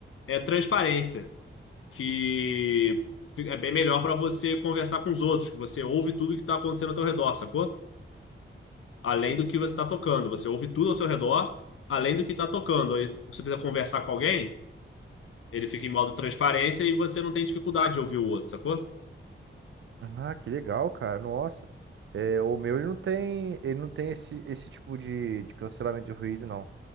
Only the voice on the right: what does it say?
Ah, que legal, cara. Nossa. É, o meu ele não tem, ele não tem esse, esse tipo de, de cancelamento de ruído, não.